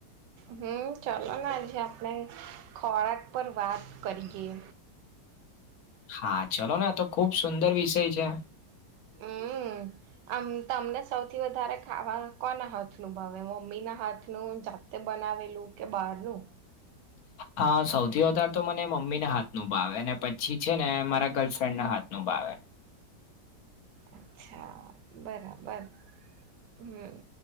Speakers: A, on the right; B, on the left.
A: હમ ચલો ને આજે આપણે ખોરાક પર વાત કરીએ
B: હા ચલો ને તો ખુબ સુંદર વિષય છે.
A: <inaudible> આમ તમને સૌથી વધારે ખાવા કોના હાથ નુ ભાવ મમ્મી ના હાથનું જા તે બનાવેલું કે બહારનું
B: હા સૌથી વધારે તો મને મમ્મી ના હાથનુ ભાવે અને પછી છે, ને મારા ગર્લફ્રેન્ડ ના હા નું ભાવે
A: અચ્છા બરાબર હમ.